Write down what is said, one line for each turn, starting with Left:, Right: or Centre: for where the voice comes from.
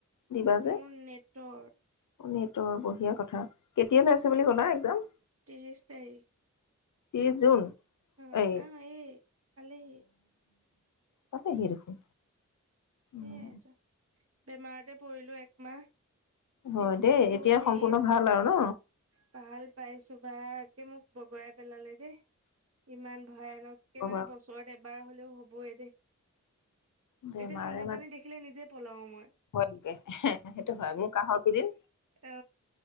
Left: দিবা যে
Right: মোৰ নেটৰ।
Left: নেটৰ বঢ়িয়া কথা। কেতিয়ালৈ আছে বুলি কলা এক্জাম?
Right: ত্ৰিশ তাৰিখ
Left: ত্ৰিছ জুন?
Right: অ
Left: এই
Right: আহ এ পালেহি।
Left: পালেহিয়েই দেখোন।
Right: সেইয়েটো,
Left: উম
Right: বেমাৰতে পৰিলো একমাহ।
Left: হয়
Right: একো
Left: দেই এতিয়া
Right: হেই
Left: সম্পূৰ্ণ ভাল আৰু ন
Right: ভাল পাইছোঁ বা মোক বগৰাই পেলালে দেই, ইমান ভয়ানককে
Left: কবা
Right: মানে বছৰত এবা বাৰ হলেও হ'ব এ দে।
Left: বেমাৰে
Right: এতিয়া ঠাণ্ডা
Left: মানে
Right: পানী দেখিলে নিজে পলাও মই।
Left: ভয় লাগে, সেইটো হয়। মোৰ কাহৰ কেইদিন
Right: অ